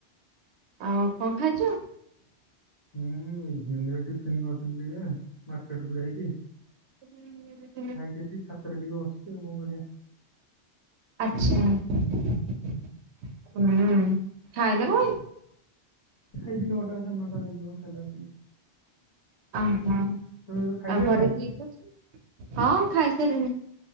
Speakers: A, on the right (about 80°); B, on the left (about 35°).
A: ଆଉ କଣ ଖାଇଚ।
B: ହଁ ଇଭିନିଂ ରେ ଟିଫିନ୍ କରିଥିଲି ଟିକେ ମାର୍କେଟକୁୁ ଯାଇକି।
A: <inaudible>
B: ଖାଇକି ଆସିକି ଛାତରେ ଟିକେ ବସିଛି ଆଉ କଣ କରିବା।
A: ଆଛା। ହୁଁ ଖାଇନେବ।
B: ଖାଇବି ନଅଟା ସାଢ଼େ ନଅଟା ହେଇଯିବ ଖାଇଲା ଆସିକି।
A: ଅ ହ
B: ତମେ ଏବେ ଖାଇସାରିଲଣି
A: ଆଉ ଘରେ କିଏ କିଏ ଅଛନ୍ତି ହଁ ଖାଇସାରିଲିଣି।